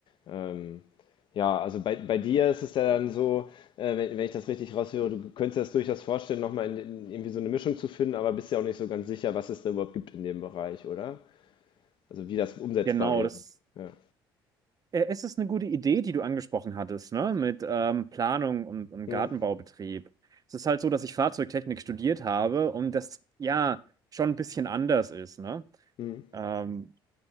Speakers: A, on the left (about 40°); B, on the right (about 30°).
A: Ähm, ja, also bei, bei dir ist es ja dann so, äh, wenn, wenn ich das richtig raushöre, du könntest dir das durchaus vorstellen, nochmal in, in irgendwie so eine Mischung zu finden, aber bist ja auch nicht so ganz sicher, was es da überhaupt gibt in dem Bereich, oder? Also wie das umsetzbar
B: genau.
A: wäre.
B: Das,
A: Ja.
B: äh, es ist eine gute Idee, die du angesprochen hattest, ne? Mit ähm, Planung und, und
A: Hm,
B: Gartenbaubetrieb. Es ist halt so, dass ich Fahrzeugtechnik studiert habe und das ja schon ein bisschen anders ist, ne?
A: hm.
B: Ähm,